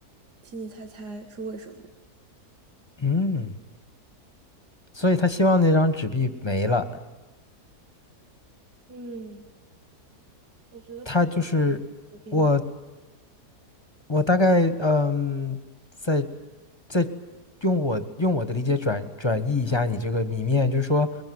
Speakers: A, on the right; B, on the left.
A: 请你猜猜是为什么？
B: 嗯，所以他希望那张纸币没了。
A: 嗯，我觉得他
B: 他就是我，
A: 纸币了，
B: 我大概嗯，在在用我用我的理解转转译一下你这个谜面，就是说